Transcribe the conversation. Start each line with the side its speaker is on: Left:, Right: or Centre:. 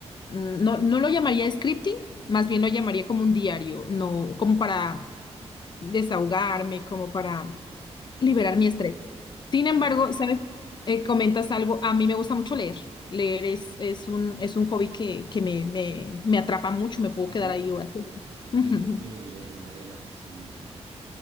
Left: mm, no, no lo llamaría scripting, más bien lo llamaría como un diario, no, como para desahogarme, como para liberar
Right: Ah,
Left: mi estrés. Sin
Right: claro.
Left: embargo, ¿sabes? Eh, comentas algo, a mí me gusta mucho leer. Leer es, es un, es un hobby que, que me, me, me atrapa mucho, me puedo
Right: ¿Ah,
Left: quedar
Right: sí?
Left: ahí horas.
Right: ¿Y
Left: <laughs>
Right: qué, qué lees novelas así?